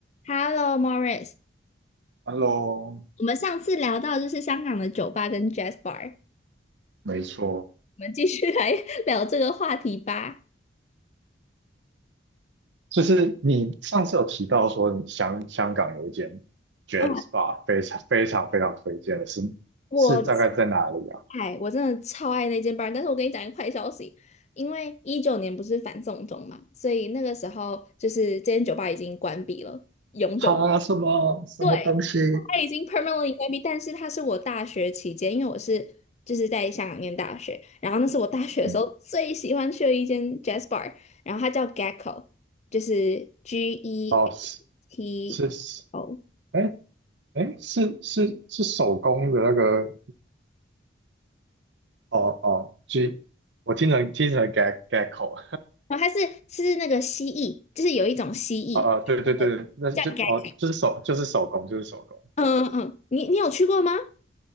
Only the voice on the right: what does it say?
Hello，
没错，
就是你上次有提到说你香香港有一间 Jazz
Bar 非常非常非常推荐的是，
是大概在哪里啊？
哈，什么什么东西？
嗯，
哦，是
是是，
哎哎，是是是手工的那个，哦哦，G，我听成听成 gag g a 口，
<laughs> 哦哦，对对对，那就哦就是手就是手工就是手工，
对，